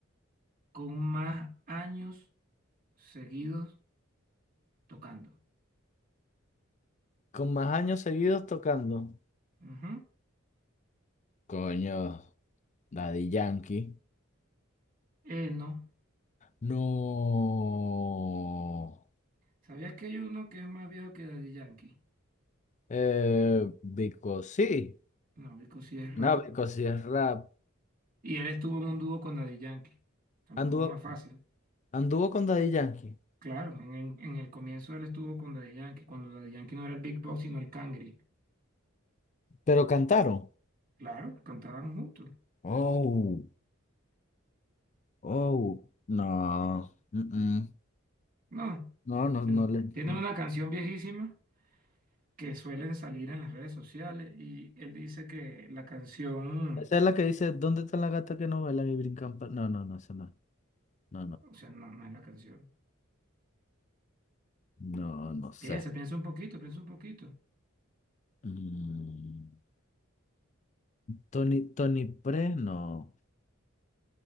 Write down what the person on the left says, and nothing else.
con más años seguidos tocando.
Coño, Daddy Yankee.
No.
Eh, Vico, sí.
No, Vico, sí es rap.
Anduvo,
anduvo con Daddy Yankee.
Pero cantaron.
Oh, oh. No. mm-mm.
No, no,
no le.
no.
Esa es la que dice, ¿dónde está la gata que no baila y brincan? pa-?" No, no, no, esa no. No, no.
No, no
sé.
Mm. Tony, Tony Pre, no.